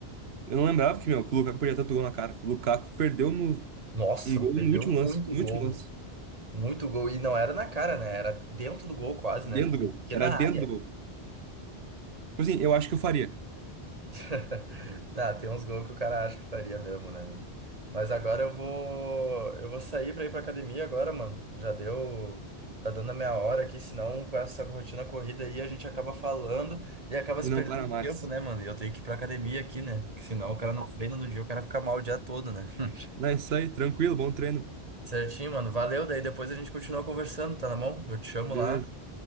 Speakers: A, on the right; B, on the right.
A: Eu não lembrava que, meu, que o Lukaku perdia tanto gol na cara. O Lukaku perdeu no,
B: Nossa,
A: um gol
B: perdeu
A: no último
B: muito
A: lance. No
B: gol.
A: último lance.
B: Muito gol. E não era na cara, né? Era dentro do gol quase, né?
A: Dentro
B: Porque na
A: do gol.
B: pequena
A: Era dentro
B: área.
A: do gol. Tipo assim, eu acho que eu faria.
B: <laughs> Ah, tem uns gols que o cara acha que faria mesmo, né? meu? Mas agora eu vou, eu vou sair pra ir pra academia agora, mano. Já deu, tá dando a minha hora aqui, senão com essa rotina corrida aí a gente acaba falando e acaba se
A: E não
B: perdendo
A: para mais.
B: no tempo, né, mano? E eu tenho que ir pra academia aqui, né? Porque senão o cara não treina no dia, o cara fica mal o dia todo, né? <laughs>
A: Não, é isso aí. Tranquilo, bom treino.
B: Certinho, mano. Valeu, daí depois a gente continua conversando, tá na mão? Eu te chamo
A: Beleza.
B: lá.